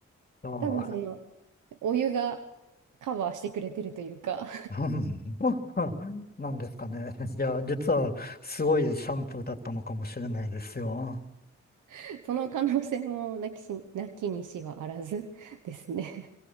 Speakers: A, on the left; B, on the right.
A: じゃあ、
B: 多分その、お湯がカバーしてくれてるというか、
A: <laughs> うんなんですかね。いや、実はすごいシャンプーだったのかもしれないですよ。
B: <laughs> その可能性もなきし、なきにしはあらずですね。